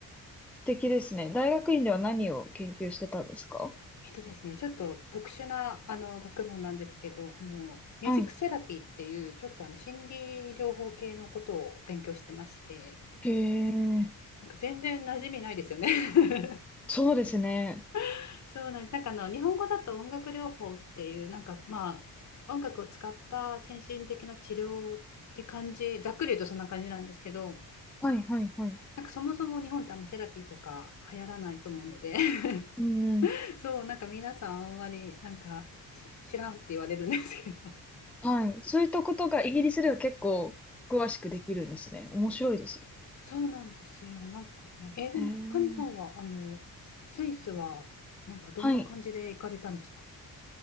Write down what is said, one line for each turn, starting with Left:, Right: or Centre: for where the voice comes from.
Centre: 素敵ですね。大学院では何を研究してたんですか
Left: えっとですね、ちょっと特殊なあの学問なんですけど、あのミュージックセラピーっていうちょっとあの心理療法系のことを勉強してまして、
Centre: はい。へえ、
Left: なんか全然馴染みないですよね
Centre: そうですね。
Left: <laughs> そうなんです。なんかあの日本語だと音楽療法っていうなんかまあ音楽を使った先進的な治療って感じ、ざっくり言うとそんな感じなんですけど、
Centre: はい、はい、はい。
Left: なんかそもそも日本ってあんまセラピーとか流行らないと思うので <laughs>
Centre: うん、うん。
Left: そうなんか皆さんあんまりなんかし知らんって言われるんですけど
Centre: はい。そういったことがイギリスでは結構詳しくできるんですね。面白いです
Left: そうなんですよ。なんかね、えーでも、
Centre: ね。へえ、
Left: カニさんは、あの、ススイスは、なんかどんな感じで行かれたんですか
Centre: はい。